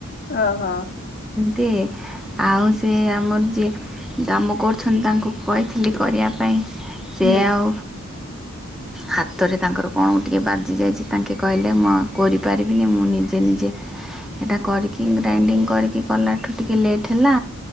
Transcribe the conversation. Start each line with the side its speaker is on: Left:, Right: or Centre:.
Left: ହ ହଁ।
Centre: ତ ଆଉ ସେ ଆମର ଯିଏ କାମ କରୁଛନ୍ତି ତାଙ୍କୁ କହିଥିଲି କରିବା ପାଇଁ ସେ
Left: ହୁଁ
Centre: ଆଉ ହାତରେ ତାଙ୍କର କଣ ଟିକେ ବାଜି ଯାଇଛି। ତାଙ୍କେ କହିଲେ କରିପାରିବିନି ମୁଁ ନିଜେ ନିଜେ ଏଇଟା କରିକି ଗ୍ରାଇଣ୍ଡିଙ୍ଗ କରିକି। କି କଲାଠୁ ଟିକେ ଲେଟ୍ ହେଲା